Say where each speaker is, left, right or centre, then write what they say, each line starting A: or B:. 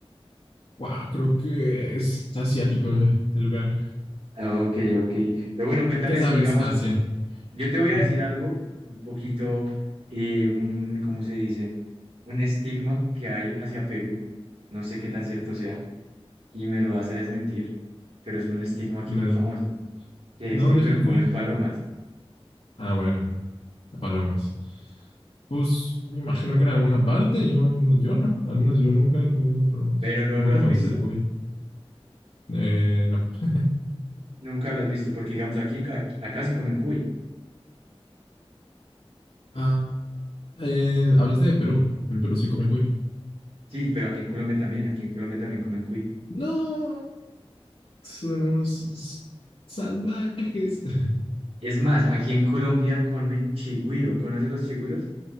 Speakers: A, on the left; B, on the right.
A: Wow, creo que es asiático el lugar.
B: Ah, Ok, ok. Pero bueno, cuéntame
A: Ya sabes,
B: así, digamos,
A: Asia.
B: yo te voy a
A: <laughs>
B: decir algo, un poquito, eh, un- ¿cómo se dice? Un estigma que hay hacia Perú. No sé qué tan cierto sea y me lo vas a desmentir, pero es un estigma aquí
A: Claro.
B: muy famoso, que
A: No,
B: es que en
A: deja
B: Perú
A: el cuy.
B: comen palomas.
A: Ah, bueno. palomas. Pues me imagino que en alguna parte, yo, yo no, al menos yo nunca he comido palomas.
B: Pero no
A: Tampoco
B: lo has
A: me
B: visto,
A: gusta el cuy. Eh, no. <laughs>
B: nunca lo has visto, porque digamos aquí, ac- acá sí comen cuy.
A: Ah, eh, hablaste de Perú. En Perú sí comen cuy.
B: Sí, pero aquí en Colombia también, aquí en Colombia también comen cuy.
A: No, son unos salvajes. <laughs>
B: Es más, aquí en Colombia comen chigüiro. ¿Conoces los chigüiros?